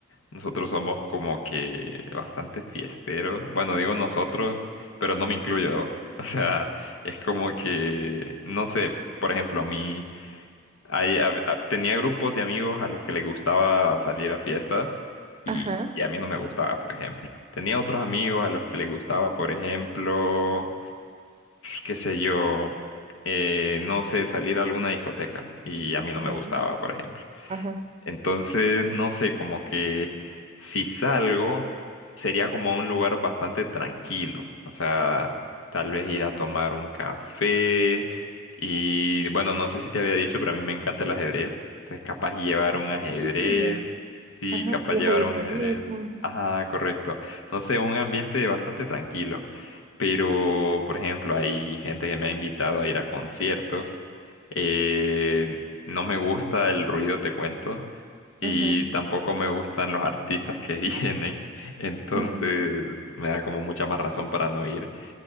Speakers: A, on the left; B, on the right.
A: nosotros somos como que bastante fiesteros. Bueno, digo nosotros, pero no me incluyo. <laughs> O sea, es como que, no sé, por ejemplo, mi, Ahí hab- a- tenía grupos de amigos a los que les gustaba salir a fiestas y,
B: ajá,
A: y a mí no me gustaba, por ejemplo. Tenía otros amigos a los que les gustaba, por ejemplo, qué sé yo, eh, no sé, salir a alguna discoteca y a mí no
B: Ya.
A: me gustaba, por ejemplo.
B: ajá.
A: Entonces, no sé, como que si salgo, sería como a un lugar bastante tranquilo. O sea, tal vez ir a tomar un café. Y bueno, no sé si te había dicho, pero a mí me encanta el ajedrez. Entonces, capaz llevar un ajedrez.
B: Interesante.
A: Sí,
B: Ajá.
A: capaz
B: Y un
A: llevar
B: jueguito
A: un
B: de
A: ajedrez.
B: mesa.
A: Ajá, correcto. No sé, un ambiente bastante tranquilo. Pero, por ejemplo, hay gente que me ha invitado a ir a conciertos. Eh, no me gusta el ruido, te cuento y
B: Ajá,
A: tampoco me gustan los artistas que <laughs> vienen, entonces
B: ajá.
A: me da como mucha más razón para no ir.